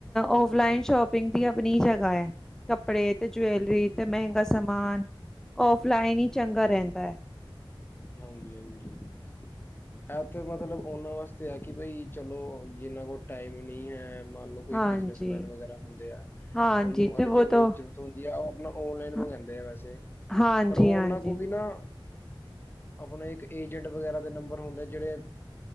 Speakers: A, in the centre; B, on the left.
A: ਔਫਲਾਈਨ ਸ਼ੋਪਿੰਗ ਦੀ ਆਪਣੀ ਜਗ੍ਹਾ ਹੈ ਕੱਪੜੇ ਤੇ ਜੈਲਰੀ
B: ਬਿਲਕੁਲ,
A: ਤੇ ਮਹਿੰਗਾ ਸਮਾਨ। ਔਫਲਾਈਨ ਹੀ ਚੰਗਾ ਰਹਿੰਦਾ ਹੈ।
B: ਹਾਂਜੀ ਹਾਂਜੀ। ਇਹ ਤੇ ਮਤਲਬ ਉਹਨਾਂ ਵਾਸਤੇ ਹੈ ਕਿ ਬਈ ਚਲੋ ਜਿੰਨਾਂ ਕੋਲ ਟਾਈਮ ਨਹੀਂ ਹੈ। ਮੰਨਲਓ ਕੋਈ
A: ਹਾਂਜੀ
B: ਬਿਜਨਸਮੈਨ ਵਗੈਰਾ ਹੁੰਦੇ ਆ
A: ਹਾਂਜੀ
B: ਉਹਨੂੰ
A: ਤੇ
B: ਅਰਜੈਂਟ
A: ਵੋ ਤਾਂ
B: ਜ਼ਰੂਰੀ ਹੁੰਦੀ ਆ ਉਹ ਆਪਣਾ ਓਨਲਾਈਨ
A: ਹਾਂ,
B: ਮੰਗਉਂਦੇ ਆ ਵੈਸੇ
A: ਹਾਂਜੀ
B: ਪਰ ਉਹਨਾਂ
A: ਹਾਂਜੀ
B: ਕੋਲ ਵੀ ਨਾ
A: <inaudible>
B: ਆਪਣਾ ਇੱਕ ਏਜੰਟ ਵਗੈਰਾ ਦੇ ਨੰਬਰ ਹੁੰਦਾ ਜਿਹੜੇ